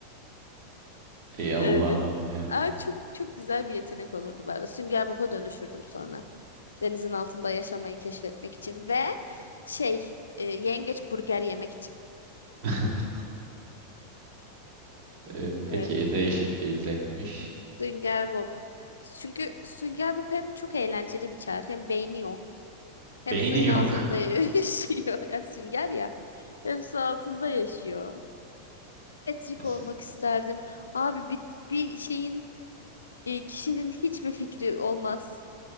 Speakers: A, on the right; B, on the left.
A: Ey
B: Evet.
A: Allah'ım ya.
B: Aa, çok çok güzel bir yetenek olurdu ben de. Sünger Bob'a dönüşürdüm sonra. Denizin altında yaşamayı keşfetmek için ve şey e, yengeç burger yemek için.
A: <laughs> Ee, peki
B: Evet.
A: değişik bir zevkmiş.
B: Sünger Bob. Çünkü Sünger Bob hem çok eğlenceli bir çağrı hem beyni yok. Hem
A: Beyni
B: suyun
A: yok.
B: altında
A: <laughs>
B: <laughs> yaşıyor. Ya sünger ya. Hem su altında yaşıyor. Patrick
A: E se-
B: olmak isterdim. Abi bir, bir şeyin e, kişinin hiçbir fikri olmaz.